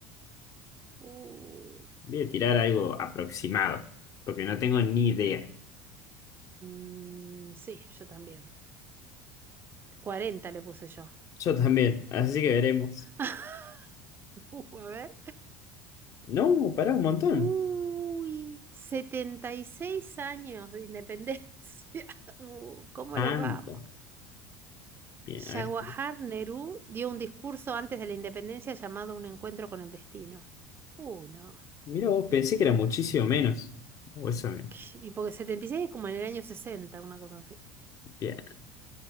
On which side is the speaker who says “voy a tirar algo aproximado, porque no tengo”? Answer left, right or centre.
Left